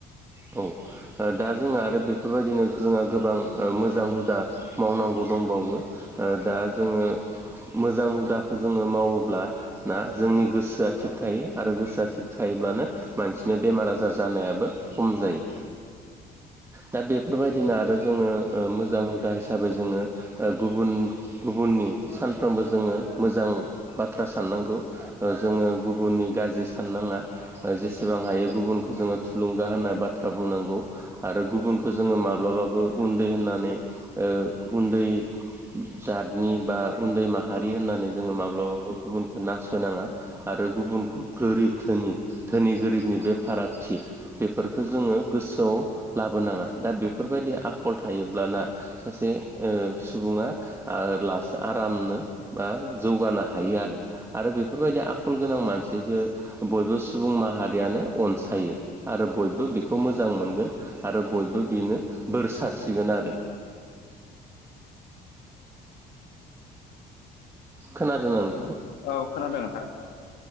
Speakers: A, on the right; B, on the left.
A: औ दा जोंङो आरो बेफोरबायदिनो जोंहा गोबां मोजां हुदा मावनांगौ दंबावो ओ दा जोङो मोजां हुदाखौ जोङो मावोब्ला ना जोंनि गोसोआ थिग थायो आरो गोसोआ थिग थायो अब्लानो मानसिनि बेमार आजार जानायाबो खम जायो दा बेफोरबायदिनो आरो जोङो ओ मोजां हुदा हिसाबै जोङो ओ गुबुन गुबुननि सानफ्रोमबो जोङो मोजां बाथ्रा साननांगौ जोङो गुबुननि गाज्रि साननाङा जाय जेसे सिसेबां हायो गुबुनखौ जोङो थुलुंगा होननाय बाथ्रा बुंनांगौ आरो गुबुनखौ जोङो माब्लाबाबो उन्दै होननानै ओ उन्दै जातनि बा उन्दै माहारि होननानै जोङो माब्लाबाबो गुबुनखौ नासयनाङा आरो आरो गुबुनखौ गोरिब धोनि धोनि गोरिबनि बे फारागथि बेफोरखौ जोङो गोसोआव लाबोनाङा दा बेफोरबायदि आख फल थायोब्लाना सासे सुबुङा लासै आरामनो बा जौगानो हायो आरो आरो बेफोरबायदि आखल गोनां मानसिख बयबो सुबुं माहारि यनो अनसायो आरो बयबो बेखौ मोजां मोनगोन आरो बयबो बेनो बोरसाद सारस्रिरगोन आरो खोनादों ना नोंथां
B: औ खोनादों नोंथां खोनादों